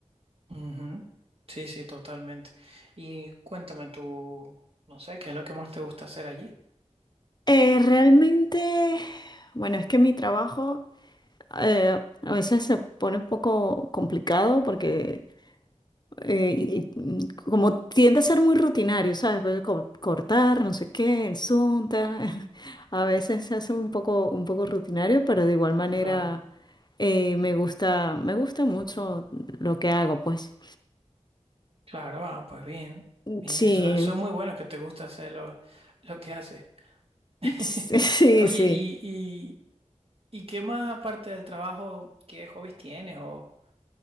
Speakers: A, on the right (about 50°); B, on the left (about 35°).
A: Ujú. Sí, sí, totalmente. Y cuéntame tú, no sé, ¿qué es lo que más te gusta hacer allí?
B: Eh, realmente, bueno, es que mi trabajo eh, a veces se pone un poco complicado porque eh, y- y, mm, como tiende a ser muy rutinario, ¿sabes? Pues, co- cortar, no sé qué, el Zoom, <laughs> A veces se hace un poco, un poco rutinario, pero de igual manera
A: Claro,
B: eh, me gusta, me gusta mucho lo que hago, pues.
A: claro, ah, pues bien, bien,
B: Sí,
A: eso, eso es muy bueno que te gusta hacer lo, lo que haces. <laughs>
B: sí, <laughs>
A: Oye,
B: sí. sí.
A: ¿y, y, y qué más aparte del trabajo, qué hobbies tienes o,